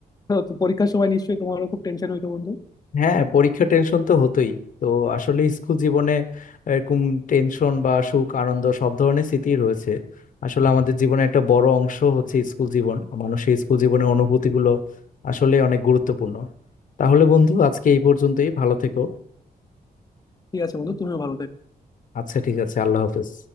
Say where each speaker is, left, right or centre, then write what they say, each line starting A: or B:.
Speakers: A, on the left; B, on the left.
A: তো তো পরীক্ষার সময় নিশ্চয়ই তোমারও খুব টেনশন হইতো বন্ধু
B: হ্যাঁ পরীক্ষা টেনশন তো হতোই তো আসলে স্কুল জীবনে এরকম টেনশন বা সুখ আনন্দ সব ধরনের স্মৃতি রয়েছে আসলে আমাদের জীবনে একটা বড় অংশ হচ্ছে স্কুল জীবন মানুষের স্কুল জীবনের অনুভূতিগুলো আসলে অনেক গুরুত্বপূর্ণ তাহলে বন্ধু আজকে এই পর্যন্তই ভালো থেকো
A: ঠিক আছে বন্ধু তুমিও ভালো থেকো
B: আচ্ছা ঠিক আছে আল্লাহ হাফেজ